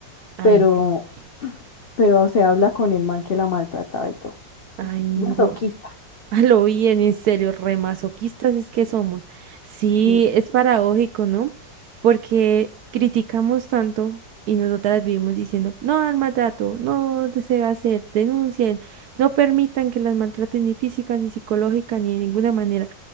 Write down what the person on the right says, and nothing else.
ay,
Dios mío.
Ay, no.
A lo bien, en serio, remasoquistas es que somos. Sí,
es paradójico, ¿no? Porque criticamos tanto y nosotras vivimos diciendo, no al maltrato, no de- se va a hacer, denuncien, no permitan que las maltraten ni física, ni psicológica, ni de ninguna manera.